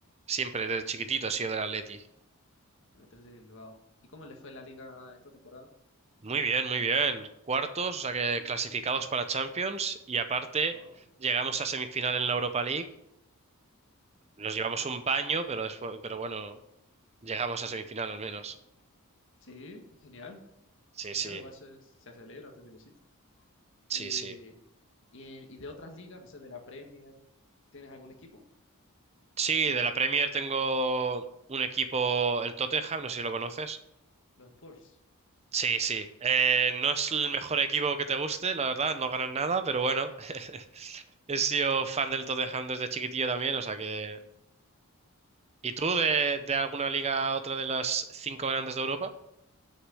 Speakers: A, on the right; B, on the left.
A: Siempre, desde chiquitito he sido del Atleti.
B: el a de Bilbao. ¿Y cómo les fue en la liga esta temporada?
A: Muy bien, muy bien. Cuartos, o sea que clasificados para Champions y aparte
B: Wow,
A: llegamos a semifinal en la Europa League. Nos
B: wow.
A: llevamos un baño, pero después, pero bueno, llegamos a semifinal al menos.
B: Sí, genial,
A: Sí,
B: genial,
A: sí,
B: igual se, se celebra, te felicito.
A: sí,
B: Y,
A: sí.
B: y, y de otras ligas, no sé, de la Premier, ¿tienes algún equipo?
A: Sí, de la Premier tengo un equipo, el Tottenham, no sé si lo conoces.
B: Los Spurs.
A: Sí, sí. Eh, no es el mejor equipo que te guste, la verdad, no ganan nada, pero bueno, <laughs> he sido fan del Tottenham desde chiquitillo también, o sea que ¿Y tú de, de alguna liga a otra de las cinco grandes de Europa?